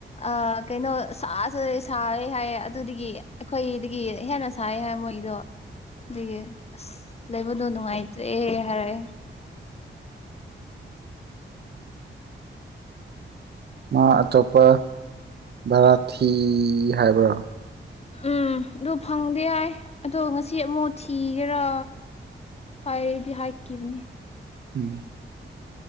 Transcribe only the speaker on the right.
ꯃꯥ ꯑꯇꯣꯞꯄ ꯚꯔꯥ ꯊꯤ ꯍꯥꯏꯕ꯭ꯔꯣ
ꯎꯝ